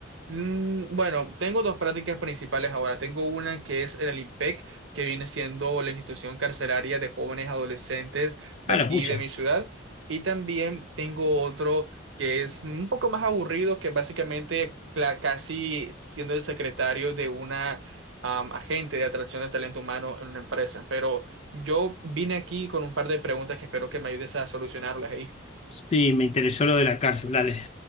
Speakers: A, on the right; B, on the left.
A: Mm, Bueno, tengo dos prácticas principales ahora. Tengo una que es el IMPEC, que viene siendo la institución carcelaria de jóvenes adolescentes de
B: Ah,
A: aquí,
B: la pucha.
A: de mi ciudad. Y también tengo otro que es un poco más aburrido, que básicamente cla- casi siendo el secretario de una am, agente de atracción de talento humano en una empresa. Pero yo vine aquí con un par de preguntas que espero que me ayudes a solucionarlas ahí.
B: Sí, me interesó lo de la cárcel, dale.